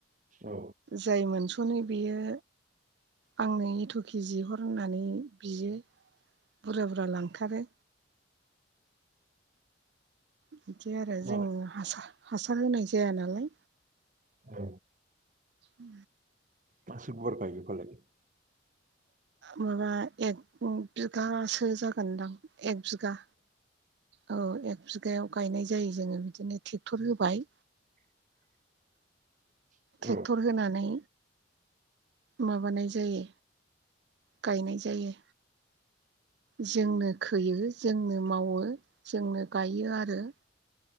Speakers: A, on the right; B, on the right.
A: औ।
B: जाय मोनस'नो बेयो आंनो एथ' केजि हर होननानै बियो। बुरजा बुरजा लांथारो। बिदि आरो
A: मालाय
B: जों हासार हासार होनाय जाया नालाय।
A: औ।
B: उ
A: मासे गुवार गायो फालाय?
B: माबा एक बिगासो जागोनदां एक बिगा। औ एक बिगायाव गायनाय जायो जोंङो बिदिनो ट्रेक्टर होबाय।
A: <inaudible> औ
B: ट्रेक्टर होनानै माबानाय जायो गायनाय जायो। जोंनो खोयो जोंनो मावो जोंनो गायो आरो।